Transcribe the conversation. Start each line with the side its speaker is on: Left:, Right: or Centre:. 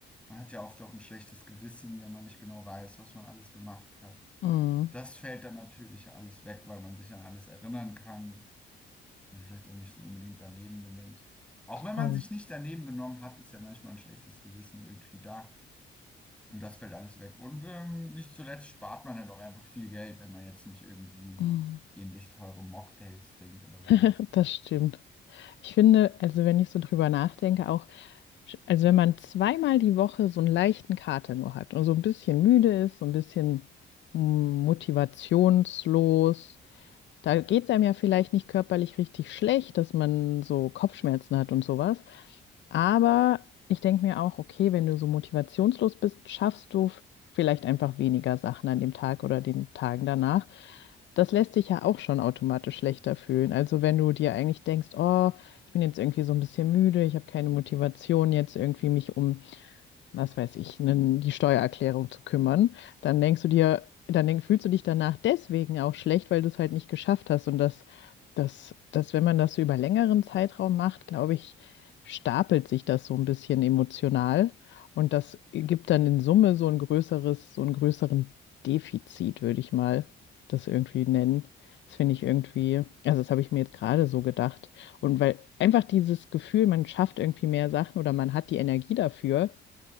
Centre: Man hat ja oft auch ein schlechtes Gewissen, wenn man nicht genau weiß, was man alles gemacht hat.
Left: Mhm.
Centre: Das fällt dann natürlich alles weg, weil man sich an alles erinnern kann und vielleicht auch nicht so unbedingt daneben benimmt. Auch wenn man
Left: Voll.
Centre: sich nicht daneben benommen hat, ist ja manchmal ein schlechtes Gewissen irgendwie da. Und das fällt alles weg. Und ähm, nicht zuletzt spart man halt auch einfach viel Geld, wenn man jetzt nicht irgendwie
Left: Mhm.
Centre: ähnlich teure Mocktails trinkt oder sowas.
Left: <laughs> Das stimmt. Ich finde, also wenn ich so drüber nachdenke, auch, sch- also wenn man zweimal die Woche so einen leichten Kater nur hat und so ein bisschen müde ist, so ein bisschen mm, motivationslos, Da geht es einem ja vielleicht nicht körperlich richtig schlecht, dass man so Kopfschmerzen hat und sowas. Aber ich denke mir auch, okay, wenn du so motivationslos bist, schaffst du f- vielleicht einfach weniger Sachen an dem Tag oder den Tagen danach. Das lässt dich ja auch schon automatisch schlechter fühlen. Also wenn du dir eigentlich denkst, oh, ich bin jetzt irgendwie so ein bisschen müde, ich habe keine Motivation jetzt irgendwie mich um was weiß ich, nen- die Steuererklärung zu kümmern, dann denkst du dir, dann denk, fühlst du dich danach deswegen auch schlecht, weil du es halt nicht geschafft hast. Und das, das, das, wenn man das so über längeren Zeitraum macht, glaube ich, stapelt sich das so ein bisschen emotional. Und das gibt dann in Summe so ein größeres, so einen größeren Defizit, würde ich mal das irgendwie nennen. Das finde ich irgendwie, also das habe ich mir jetzt gerade so gedacht. Und weil einfach dieses Gefühl, man schafft irgendwie mehr Sachen oder man hat die Energie dafür,